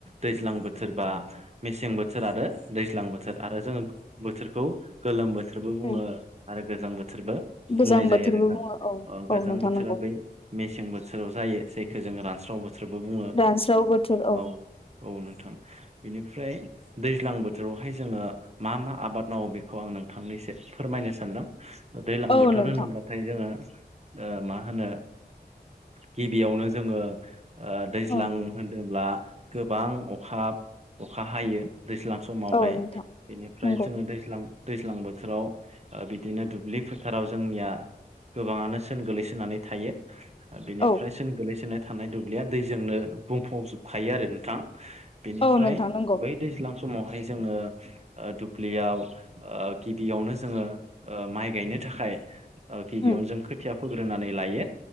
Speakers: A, on the right; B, on the left.
A: दैज्लां बोथोरबा मेसें बोथोर आरो दैज्लां बोथोर आरो जोङो बोथोरखौ गोलोम बोथोर बोथोरबो बुङो
B: उम
A: आरो गोजां बोथोरबो
B: गोजां
A: बुंनाय जायो
B: बोथोरबो
A: आरो नोंथां
B: बुङो औ
A: गोजां
B: औ नोंथां
A: बोथोर
B: नंगौ
A: मेसें बोथोराव जायो जायखौ जों रानस्राव बोथोरबो बुङो
B: रानस्राव बोथोर
A: औ औ नोंथां बेनिफ्राय दैज्लां बोथोरावहाय जोङो मा मा आबाद मावो बेखौ आं नोंथांनिसो फोरमायनो सानदों दैज्लां
B: औ
A: बोथोर
B: नोंथां
A: होनोब्लाथाय जोङो मा मा होनो गिबियावनो जोङो दैज्लां
B: औ
A: होनदोंब्ला गोबां अखा अखा हायो दैज्लां समावहाय
B: औ नोंथां
A: बेनिफ्राय
B: नंगौ
A: जोङो दैज्लां दैज्लां बोथोराव ओ बिदिनो दुब्लि फोथाराव जोंनिया गोबाङानो सोन गोलैसोनानै थायो बेनिफ्राय
B: औ
A: बांसिन गोग्लैसोनाय थानाय दुब्लिया दैजोंनो बुंफबजोबखायो आरो नोंथां बेनिफ्राय
B: औ नोंथां नंगौ
A: बै दैज्लां समावहाय जोङो ओ दुब्लियाव ओ गिबियावनो जोङो माइ गायनो थाखाय गिबियावनो
B: उम
A: जों खोथिया फोग्रोनानै लायो